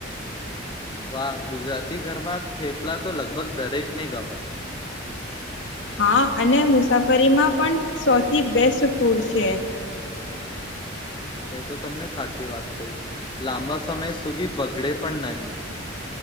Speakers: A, on the left (about 25°); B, on the left (about 65°).
A: વાહ ગુજરાતી ઘરમાં થેપલા તો લગભગ દરેકને ગમે.
B: હા અને મુસાફરીમાં પણ સૌથી બેસ્ટ ફૂડ છે.
A: એ તો તમને સાચી વાત કહી લાંબા સમય સુધી બગડે પણ નહી.